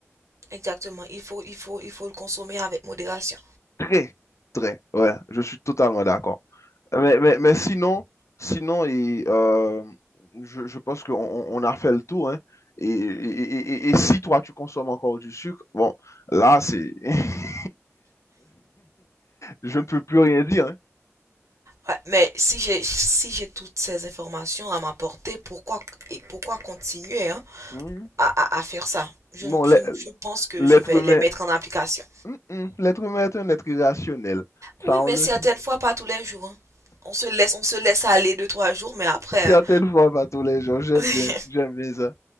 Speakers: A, on the right; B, on the left.
A: Exactement. Il faut, il faut, il faut le consommer avec modération.
B: Très, très, ouais, je suis totalement d'accord. Mais, mais, mais sinon, sinon et, euh, je, je pense qu'on on- on a fait le tour, hein. Et, et- et- et- et si toi, tu consommes encore du sucre, bon, là, c'est... <laughs> Je ne peux plus rien dire, hein.
A: Ouais, mais si j'ai, si j'ai toutes ces informations à m'apporter, pourquoi, et pourquoi continuer, hein,
B: Hmm.
A: à, à, à faire ça? Je,
B: Non,
A: ne-
B: l'e-
A: je, ne- je pense que
B: l'être
A: je vais
B: humain...
A: les mettre en application.
B: Hmm, hmm. L'être humain est un être irrationnel.
A: Oui,
B: Ça, on
A: mais
B: le
A: certaines
B: sait.
A: fois, pas tous les jours, hein. On se laisse, on se laisse aller deux, trois jours, mais après,
B: Certaines
A: hein,
B: fois, pas tous les jours. J'aime
A: <laughs>
B: bien, j'aime bien ça.